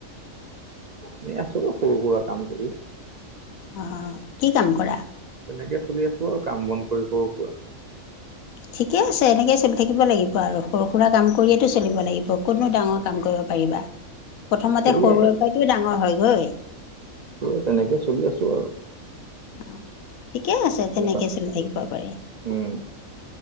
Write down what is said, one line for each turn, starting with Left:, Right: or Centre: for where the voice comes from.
Right: এনেই আছো সৰু সুৰা কাম কৰি।
Left: অ' কি কাম কৰা?
Right: তেনেকে চলি আছো আৰু কাম বন কৰি সৰু সুৰা।
Left: ঠিকে আছে, এনেকৈ চলি থাকিব লাগিব আৰু, সৰু সুৰা কাম কৰিয়েতো চলিব লাগিব, কতনো ডাঙৰ কাম কৰিব পাৰিবা। প্ৰথমতে
Right: সেয়ে
Left: সৰুৰে
Right: আৰু
Left: পৰাটো ডাঙৰ হয়গৈ।
Right: স তেনেকে চলি আছো আৰু।
Left: অ' ঠিকে আছে, তেনেকে
Right: মোটামুটিকে।
Left: চলি থাকিব পাৰি।
Right: উম